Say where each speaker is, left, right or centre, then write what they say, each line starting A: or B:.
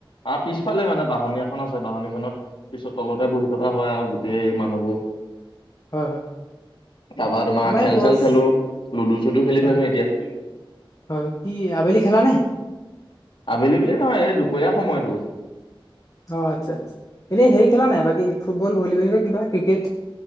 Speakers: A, on the left; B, on the left.
A: অঁ, পিছফালে মানে বাহনি এখন আছে, বাহনিখনত পিছত তলতে বহি থকা হয় আও গোটেই মানুহবোৰ।
B: হয় হয়
A: তাৰপা তোমাৰ
B: আমাৰ
A: খেল
B: ইয়াত গছ
A: - চেল খেলো, লুডু - চুডু খেলি
B: হয়
A: থাকো এতিয়া।
B: হয় কি আবেলি খেলানে?
A: আবেলি বুলি নহয় এই দুপৰীয়া সময়তো।
B: অ আচ্ছা আচ্ছা এনে হেই খেলা নাই বাকী ফুটবল, ভলীবল এনেকোৱা কিবা ক্ৰিকেট?